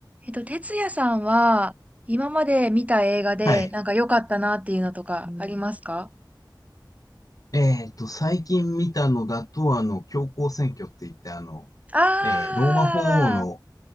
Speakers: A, on the right; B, on the left.
A: えっと、哲也さんは、今まで見た映画で、
B: はい。
A: なんか良かったなっていうのとかありますか
B: えっと、最近見たのだと、あの、教皇選挙って言って、あの、
A: ああ
B: えーローマ法王の